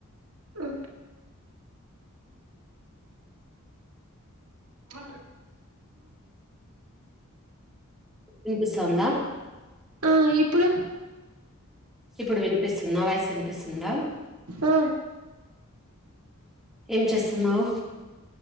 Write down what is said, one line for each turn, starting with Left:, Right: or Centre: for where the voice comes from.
Right: అ ఆ
Centre: వినిపిస్తోందా
Right: ఆ ఇప్పుడు
Centre: ఇప్పుడు వినిపిస్తుంది నా వాయిస్ వినిపిస్తుందా?
Right: ఆ
Centre: ఏం చేస్తున్నావు?